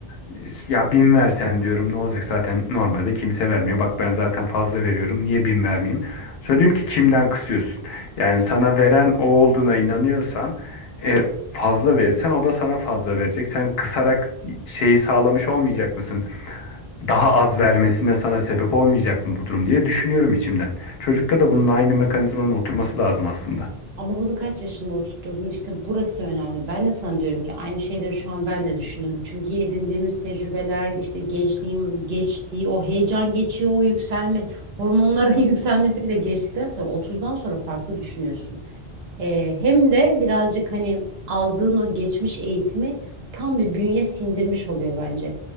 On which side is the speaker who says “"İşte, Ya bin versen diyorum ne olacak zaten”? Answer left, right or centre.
Left